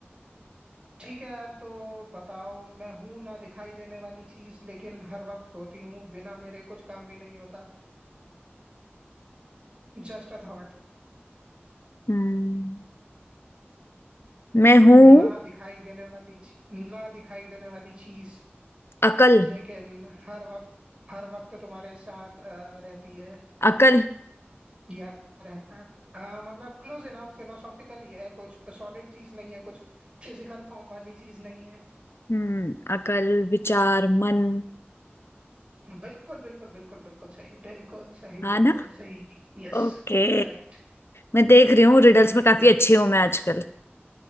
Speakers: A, on the right (about 25°); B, on the left (about 70°).
A: ठीक है यार तो बताओ मैं हूं ना दिखाई देने वाली चीज लेकिन हर वक्त होती हूँ बिना मेरे कुछ काम भी नहीं होता Just a thought
B: हम्म, मैं हूँ
A: ना दिखाई देने वाली ची- ना दिखाई देने वाली चीज
B: अकल
A: लेकिन हर वक्त हर वक्त तुम्हारे साथ अ, रहती है
B: अकल
A: या रहता है आ, मतलब क्लोज इनफ फिलोसॉफिकली है कुछ सॉलिड चीज नहीं है कुछ फिजिकल फॉर्म वाली चीज नहीं है
B: हम्म अकल विचार मन
A: बिल्कुल बिल्कुल बिल्कुल बिल्कुल सही बिल्कुल सही
B: हाँ
A: बिल्कुल
B: ना
A: सही यस
B: ओके
A: करेक्ट
B: मैं देख रही हूँ रिडल्स
A: हाँ
B: में काफी
A: नाइस
B: अच्छी हूँ मैं आजकल